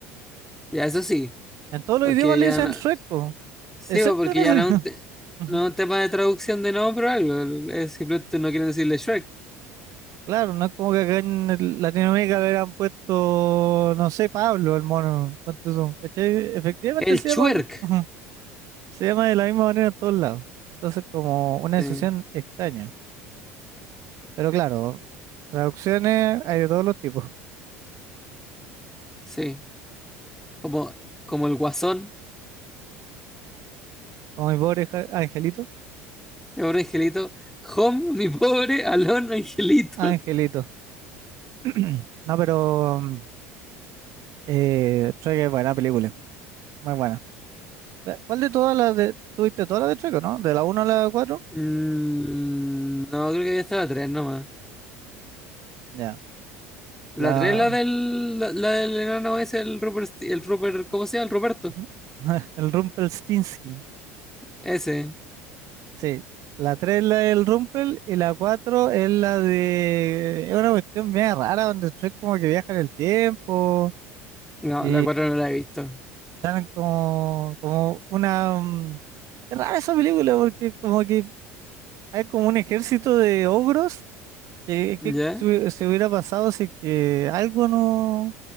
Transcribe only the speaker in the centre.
Ya, eso sí,
porque
ya
no,
sí,
pues, porque
ya no
es un, te-
no es un tema de traducción de nombre o algo, es simplemente no quieren decirle Shrek.
El
Chuerk.
Sí,
sí. como, como el guasón,
mi pobre angelito. Home, <laughs> mi pobre Alon angelito.
Mm, no, creo que había estado la 3 nomás.
La
3 es la del, la, la del enano ese, el Rupert, el Rupert, ¿cómo se llama? El Ruperto.
Ese.
No,
la cuatro no la he visto.
¿Ya?